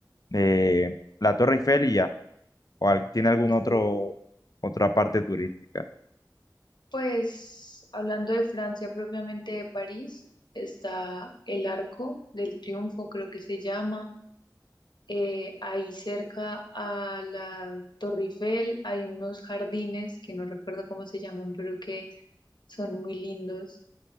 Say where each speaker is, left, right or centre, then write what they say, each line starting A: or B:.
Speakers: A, on the left; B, on the left.
A: eh, la Torre Eiffel y ya, o al- tiene algún
B: Así
A: otro,
B: es.
A: otra parte turística.
B: Pues hablando de Francia, propiamente de París, está el Arco del Triunfo, creo que se llama. eh, ahí cerca a la Torre Eiffel hay unos jardines que no recuerdo cómo se llaman, pero que son muy lindos.